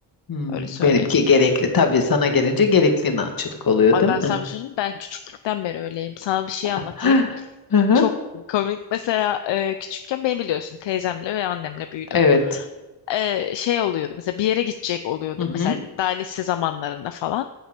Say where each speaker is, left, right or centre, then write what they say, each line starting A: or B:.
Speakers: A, on the left; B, on the left.
A: Hmm,
B: Öyle söyleyeyim.
A: benimki gerekli. Tabii sana gelince gerekli inatçılık oluyor,
B: Ay
A: değil
B: ben
A: mi?
B: sana bir şey söyleyeyim mi? Ben küçüklükten beri öyleyim. Sana bir şey
A: <gasps>
B: anlatayım.
A: <laughs> Hı hı,
B: Çok komik. Mesela e, küçükken beni biliyorsun teyzemle ve annemle büyüdüm
A: Evet.
B: e, şey oluyordu mesela bir yere gidecek oluyordum
A: Hı hı,
B: mesela daha lise zamanlarında falan